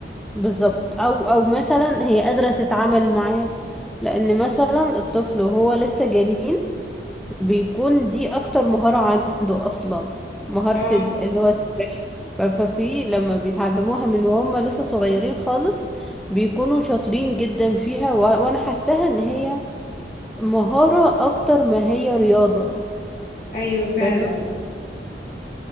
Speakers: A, in the centre; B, on the left.
A: بالظبط او او مثلا هي قادرة تتعامل معاه لان مثلا الطفل وهو لسه جنين بيكون دي اكتر مهارة عنده اصلا مهارة
B: اه
A: ال- اللي هو السباحة ف- ففي لما بيتعلموها من وهم لسه صغيرين خالص بيكونوا شاطرين جدا فيها و... وانا حاساها ان هي مهارة اكتر ما هي رياضة
B: ايوه فعلا
A: فاهمة